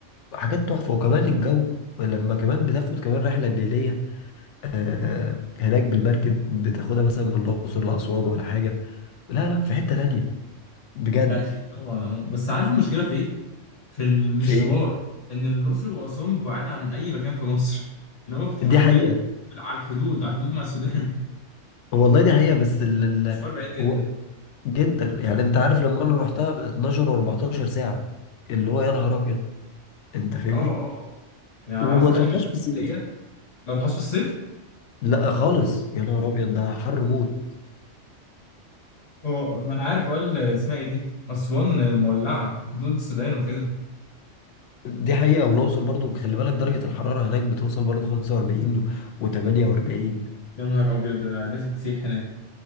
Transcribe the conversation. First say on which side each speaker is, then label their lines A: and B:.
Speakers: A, on the left; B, on the left.
A: حاجات تحفه وكمان الجو لما كمان بتاخد كمان رحله نيليه آه هناك بالمركب بتاخدها مثلا من الاقصر لاسوان ولا حاجه لا لا في حته تانيه بجد
B: اكيد طبعا اه بس عارف المشكله في ايه في المشوار
A: في ايه
B: ان الاقصر واسوان بعاد عن اي مكان في مصر ان هو في- حرفيا
A: دي حقيقه
B: في- على الحدود على الحدود مع السودان
A: والله دي حقيقه بس ال...
B: <laughs>
A: ال...
B: مشوار بعيد جدا
A: و- جدا يعني انت عارف لما انا رحتها 12 و14 ساعه اللي هو يا نهار ابيض انت فاهمني
B: اه اه اه يعني
A: وما
B: مثلا
A: تروحهاش
B: اي مدينه
A: في
B: ساحليه
A: الصيف
B: لو رحت في الصيف
A: لا خالص يا نهار ابيض ده حر موت
B: اه ما انا عارف اقول اسمها ايه دي اسوان مولعه حدود السودان وكده
A: دي حقيقة والأقصر برضو خلي بالك درجة الحرارة هناك بتوصل برضو 45 و48
B: يا نهار ابيض ده الناس بتسيح هناك